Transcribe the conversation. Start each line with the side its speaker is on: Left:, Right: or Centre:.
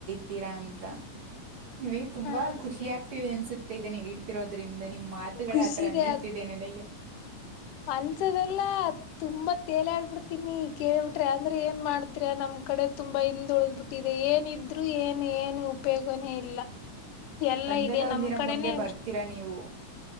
Right: ತಿರಾ ಅಂತ ನಿಮಗೆ ತುಂಬಾ
Left: ಹ
Right: ಖುಷಿ ಆಗ್ತೀವಿ ಅನ್ಸುತ್ತೆ ಇದನ್ನೇ ಹೇಳಿ ತಿರೋದ್ರಿಂದ ನಿಮ್ಮ ಮಾತುಗಳ
Left: ಖುಷಿನೇ
Right: ಆತರ ಅನ್ನಿಸ್ತಿದೆೇ ನನಗೆ
Left: ಅಂಸದಲ್ಲ ತುಂಬಾ ತೇಲಾಡ್ಬ ಬಿಡ್ತೀನಿ ಕೇಳ್ಬಿಟ್ರ ಅಂದ್ರೆ ಏನ್ ಮಾಡ್ತರಿ ನಮ್ ಕಡೆ ತುಂಬ ಇಂದ ಉಳ್ದ್ ಬಿ ಇದ ಏನಿದ್ರು ಏನು ಏನು ಉಪಯೋಗನೇ ಇಲ್ಲ. ಎಲ್ಲಾ
Right: ಒಂದಲ್ಲ
Left: ಇದೆ
Right: ಒಂದಿನ
Left: ನಮ್ ಕಡೆನೇ
Right: ಮುಂದೆ ಬರ್ತೀರಾ ನೀವು.